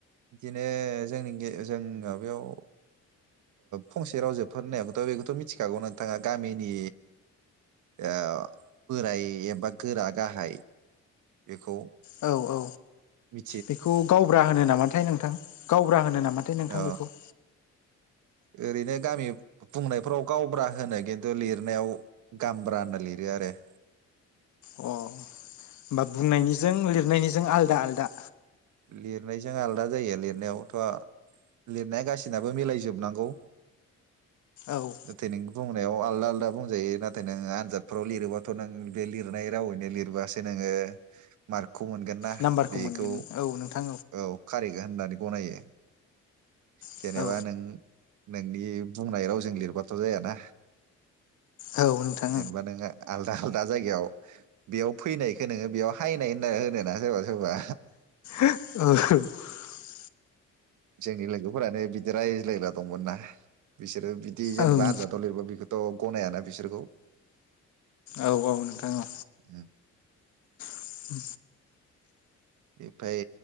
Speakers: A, on the right; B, on the left.
A: बिदिनो जोंनि जों माबायाव फंसे रावजोबफोर होननायखौथ' बेखौथ' मिथिखागौ नोंथाङा गामिनि ओ बोराय एबा गोरा गाहाय बेखौ
B: औ औ
A: मि
B: बेखौ गावब्रा होनो नामाथाय नोंथां गावब्रा होनो नामाथाय नोंथां
A: अ
B: बेखौ
A: ओरैनो गामि बुंनायफ्राव गावब्रा होनो खिन्थु लिरनायाव गामब्रा होनना लिरो आरो।
B: अ होमबा बुंनायनिजों लिरनायनिजों आलदा आलदा
A: लिरनायजों आलादा जायो लिरनायावथ' लिरनाया गासिनाबो मिलायजोबनांगौ
B: औ
A: नाथाय नों बुंनायाव आलदा आलदा बुंजायो नाथाय नोङो आनजादफ्राव लिरोबाथ' नों बे लिरनाय रावैनो लिरबोसो नोङो ओ मारकखौ मोनगोन ना
B: नाम्बारखौ
A: बेखौ
B: मोनगोन औ नोंथां
A: औ कार होन होननानै गनायो जेनेबा
B: औ औ
A: नों नोंनि बुंनाय रावजों लिरबाथ' जायाना
B: औ नोंथां
A: जेनेबा नोङो आल आलदा जायगायाव बेयाव फैनायखौ नोङो बेयाव हायनाय होनना होनो ना जबा होबा
B: औ
A: जोंनि लोगोफोरानो बिदि रायज्लायग्रा दंमोन ना बिसोरो। बिदि जेनेबा
B: ओं
A: आनजादाव लिरब बेखौथ' गनायाना बिसोरखौ
B: औ औ नोंथां औ
A: ओम,
B: उ
A: बेफाय